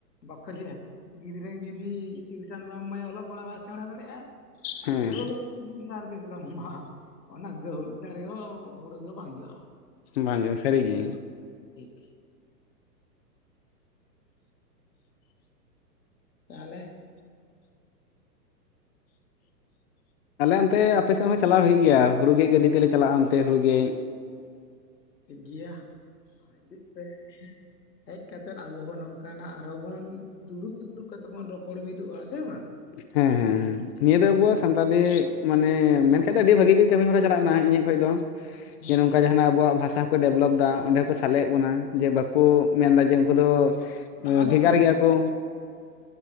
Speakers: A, on the left; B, on the left.
A: ᱵᱟᱠᱚ ᱞᱟᱹᱭ-ᱟ ᱜᱤᱫᱽᱨᱟᱹ ᱡᱩᱫᱤ ᱡᱩᱫᱤ ᱴᱤᱭᱩᱥᱚᱱ ᱵᱟᱢ ᱮᱢᱟᱭᱟ ᱚᱞᱚᱜ ᱯᱟᱲᱦᱟᱣ ᱵᱟᱭ ᱥᱮᱬᱟ ᱫᱟᱲᱮᱭᱟᱜ ᱟᱭ ᱟᱨ
B: ᱦᱮᱸ
A: ᱦᱳᱲᱳ ᱜᱟᱹᱪᱷᱤ ᱨᱮ ᱡᱩᱫᱤ ᱥᱟᱨᱜᱮ ᱡᱩᱫᱤ ᱵᱟᱢ ᱮᱢᱟᱜ-ᱟ ᱚᱱᱟ ᱜᱟᱹᱦᱩᱲ ᱫᱟᱨᱮ ᱦᱚᱸ ᱦᱳᱲᱳ ᱫᱚ ᱵᱟᱝ ᱡᱚᱜᱼᱟ
B: ᱵᱟᱝ ᱜᱮ ᱥᱟᱹᱨᱤᱜᱮ
A: ᱴᱷᱤᱠ ᱛᱟᱦᱚᱞᱮ
B: ᱟᱞᱮ ᱚᱱᱛᱮ ᱟᱯᱮ ᱥᱮᱫ ᱦᱚᱸ ᱪᱟᱞᱟᱣ ᱦᱩᱭᱩᱜ ᱜᱮᱭᱟ ᱦᱩᱲᱩ ᱜᱮᱡ ᱜᱟᱹᱰᱤ ᱛᱮᱞᱮ ᱪᱟᱞᱟᱜᱼᱟ ᱚᱱᱛᱮ ᱦᱩᱲᱩ ᱜᱮᱡ
A: ᱴᱷᱤᱠ ᱜᱮᱭᱟ ᱦᱤᱡᱩᱜ ᱯᱮ ᱦᱮᱡ ᱠᱟᱛᱮᱫ ᱟᱵᱚ ᱦᱚᱸ ᱱᱚᱝᱠᱟᱱᱟᱜ ᱟᱨᱚ ᱵᱚᱱ ᱫᱩᱲᱩᱵ ᱫᱩᱯᱲᱩᱵ ᱠᱟᱛᱮ ᱵᱚᱱ ᱨᱚᱯᱚᱲ ᱢᱤᱫᱚᱜᱼᱟ ᱥᱮ ᱵᱟᱝ
B: ᱦᱮᱸ ᱦᱮᱸ ᱱᱤᱭᱟᱹ ᱫᱚ ᱟᱵᱚᱣᱟᱜ ᱥᱟᱱᱛᱟᱞᱤ ᱢᱟᱱᱮ ᱢᱮᱱᱠᱷᱟᱡ ᱫᱚ ᱟᱹᱰᱤ ᱵᱷᱟᱹᱜᱤ ᱜᱮ ᱠᱟᱹᱢᱤ ᱦᱚᱨᱟ ᱪᱟᱞᱟᱜᱱᱟ ᱤᱧᱟᱹᱜ ᱠᱷᱚᱱ ᱫᱚ
A: ᱦᱮᱸ
B: ᱡᱮ ᱱᱚᱝᱠᱟ
A: ᱴᱷᱤᱠ
B: ᱡᱟᱦᱱᱟᱜ ᱟᱵᱚᱣᱟᱜ ᱵᱷᱟᱥᱟ ᱠᱚ ᱰᱮᱵᱷᱞᱚᱯ ᱫᱟ ᱚᱸᱰᱮ ᱦᱚᱸ ᱠᱚ ᱥᱟᱞᱮᱭᱮᱫ ᱵᱚᱱᱟ ᱡᱮ ᱵᱟᱹ ᱠᱚ ᱢᱮᱱᱫᱟ ᱡᱮ ᱩᱱᱠᱩ ᱫᱚ
A: ᱟᱫᱚᱜ
B: ᱵᱷᱮᱜᱟᱨ
A: ᱠᱟᱱ
B: ᱜᱮᱭᱟ ᱠᱚ